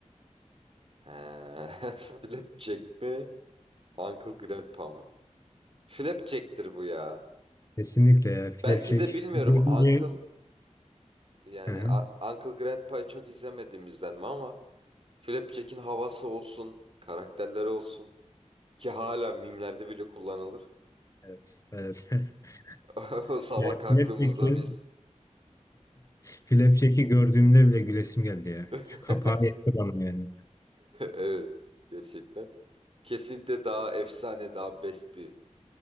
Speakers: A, on the right (about 50°); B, on the left (about 25°).
A: He, <laughs> Flapjack mi? Uncle Grandpa mı? Flapjack'tir bu ya.
B: <laughs> Kesinlikle ya. Flapjack.
A: Belki de bilmiyorum
B: Görünce.
A: Uncle yani
B: Hı hı.
A: A- Uncle Grandpa'yı çok izlemediğimizden mi ama Flapjack'in havası olsun, karakterleri olsun ki hala mimlerde bile kullanılır.
B: Evet. Evet. <laughs>
A: <laughs> O sabah
B: Yani
A: kalktığımızda
B: Flapjack'i
A: biz
B: Flapjack'i <laughs> gördüğümde bile gülesim geldi ya.
A: <laughs>
B: Şu kapağı yetti bana yani.
A: Evet, gerçekten. Kesinlikle daha efsane, daha best bir